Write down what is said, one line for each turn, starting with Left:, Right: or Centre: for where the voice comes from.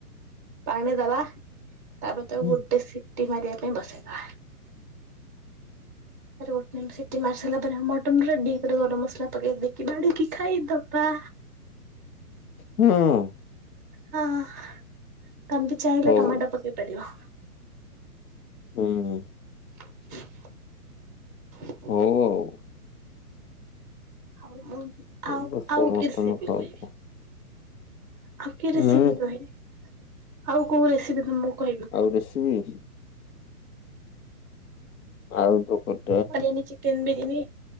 Right: ପାଣି ଦବା। ତାପରେ ତାକୁ
Left: ହୁଁ
Right: ଗୋଟେ ସିଟି ମାରିବା ପାଇଁ ବସେଇଦବା। ରୁ ସିଟି ମାରି ସାରା ପରେ ମଟନ ରେଡି ତା ପରେ ଗରମ ମସଲା ପକେଇକି ଦେଇକି ବାଡିକି ଖାଇଦବା।
Left: ହଁ
Right: ହଁ ତମେ ବି ଚାହିଁଲେ
Left: ହଉ
Right: ଟମାଟୋ ପକେଇ ପାରିବ।
Left: ହୁଁ ହୁଁ।
Right: <inaudible> ହ <inaudible>
Left: ହଉ। ହଉ।
Right: ହଉ ମୁଁ ଆଉ
Left: ଅବଶ୍ୟ
Right: ଆଉ
Left: ମଟନ
Right: କେତେ ବି
Left: ଖାଉଥା
Right: କହିବି। ଆଉ କିଏ ରେସିପି
Left: ହୁଁ
Right: କହିବି ଆଉ କୋଉ ରେସିପି ତମକୁ କହିବି
Left: ଆଉ ରେସିପି ଆଳୁ ତରକାରୀ?
Right: ହାରିଆନି ଚିକେନ ବିରିୟାନୀ